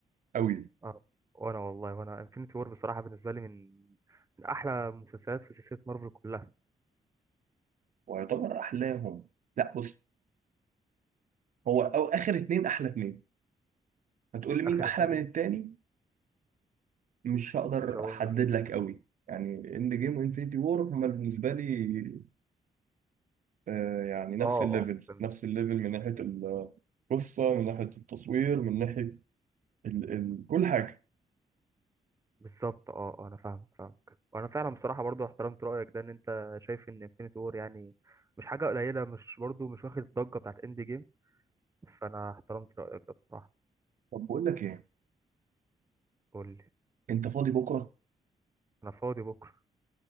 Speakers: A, on the right; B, on the right.
A: قوي
B: اه وانا والله وانا انفينيتي وور بصراحه بالنسبه لي من من احلى مسلسلات في سلسله مارفل كلها
A: ويعتبر احلاهم لا بص هو أو آخر اتنين أحلى اتنين هتقول لي مين
B: اخر
A: أحلى
B: اتنين
A: من التاني مش هقدر
B: اللي هو
A: أحدد لك قوي يعني إند جيم وإنفينيتي وور هما بالنسبة لي آه يعني نفس
B: اه
A: الليفل
B: اه فهمت.
A: نفس الليفل من ناحية القصة من ناحية التصوير من ناحية ال ال كل حاجة
B: بالظبط اه اه انا فاهمك فاهمك وانا فعلا بصراحه برضو احترمت رايك ده ان انت شايف ان انفينيتي وور يعني مش حاجه قليله مش برضو مش واخد الضجه بتاعت اند جيم فانا احترمت رايك ده بصراحه
A: طب بقول لك إيه
B: قول لي
A: أنت فاضي بكرة
B: انا فاضي بكره